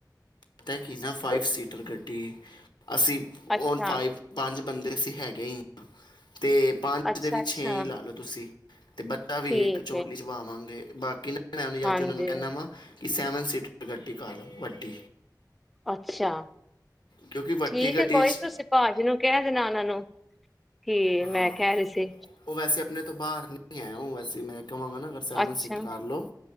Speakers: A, on the left; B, in the centre.
A: ਪਤਾ ਕਿ ਨਾ ਫਾਈਵ ਸੀਟਰ ਗੱਡੀ, ਅਸੀਂ, ਓਨ
B: ਅੱਛਾ
A: ਫਾਈਵ ਪੰਜ ਬੰਦੇ ਅਸੀਂ ਹੈਗੇ ਹੀ, ਤੇ ਪੰਜ
B: ਅੱਛਾ
A: ਦੇ ਵੀ
B: ਅੱਛਾ
A: ਛੇ ਹੀ ਲਾ ਲਓ ਤੁਸੀਂ ਤੇ ਬੰਦਾ ਵੀ
B: ਠੀਕ
A: ਇੱਕ ਝੋਲੀ
B: ਹੈ
A: 'ਚ ਪਾਵਾਂਗੇ, ਬਾਕੀ ਨਾ
B: ਹਾਂਜੀ
A: ਅੱਜ ਉਹਨਾ ਨੂੰ ਕਹਿੰਦਾ ਵਾ। ਕਿ ਸੈਵਨ ਸੀਟਰ ਗੱਡੀ ਕਰ ਲਓ, ਵੱਡੀ।
B: ਅੱਛਾ,
A: ਕਿਉਂਕਿ ਵੱਡੀ
B: ਠੀਕ,
A: ਗੱਡੀ
B: ਕੋਈ
A: ਚ
B: ਤੁਸੀਂ ਭਾਜੀ ਨੂੰ ਕਹਿ ਦੇਣਾ ਉਹਨਾਂ ਨੂੰ। ਕਿ
A: ਹਾਂ
B: ਮੈਂ ਕਿਹਾ ਰਹੀ ਸੀ।
A: ਉਹ ਵੈਸੇ ਆਪਣੇ ਤੋਂ ਬਾਹਰ ਨਹੀਂ ਆ, ਵੈਸੇ ਮੈਂ ਕਹਾਂਗਾ ਨਾ, ਅ ਸੈਵਨ
B: ਅੱਛਾ
A: ਸੀਟਰ ਕਰ ਲਓ।